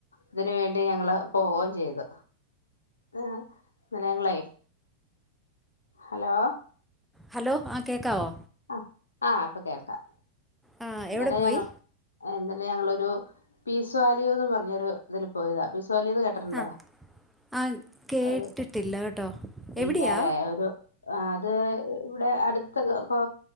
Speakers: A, on the left (about 75°); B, in the centre.
A: ഇതിന് വേണ്ടി ഞങ്ങള് പോവും ചെയ്ത് ഏഹ് ഇന്നലെ ഞങ്ങളേ ഹലോ?
B: ഹലോ ആഹ് കേക്കാവോ?
A: അഹ് ആഹ് ഇപ്പൊ കേൾക്കാം
B: ആ
A: ഇന്നലെ
B: എവിടെ പോയി
A: ഞങ്ങൾ ഇന്നലെ ഞങ്ങളൊരു പീസ് വാലയൂ എന്ന് പർഞ്ഞൊരു ഇതില് പോയതാ പീസ് വാലയൂന്ന് കേട്ട ട്ടുണ്ടോ?
B: ആ ആ കേട്ടിട്ടില്ല
A: ഒരു
B: കേട്ടോ എവിടെയാ
A: ഇല്ലാലേ ഒരു അത് ഇവിടെ അടുത്ത് കോ